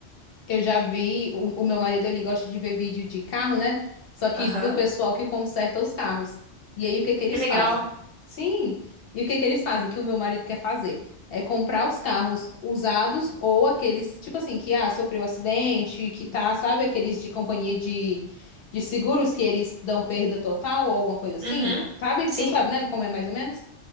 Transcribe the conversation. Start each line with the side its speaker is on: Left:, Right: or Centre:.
Left: Eu já vi, o, o meu marido ele gosta de ver vídeo de carro, né? Só que
Right: Aham,
Left: do pessoal que conserta os carros. E aí o que que eles
Right: Que legal.
Left: fazem? Sim. E o que que eles fazem? Que o meu marido quer fazer? É comprar os carros usados ou aqueles, tipo assim, que ah, sofreu acidente, que tá, sabe, aqueles de companhia de, de seguros que eles dão perda total ou alguma coisa assim.
Right: Uhum,
Left: Sabe?
Right: sim,
Left: Tu sabe, né? Como é mais ou menos?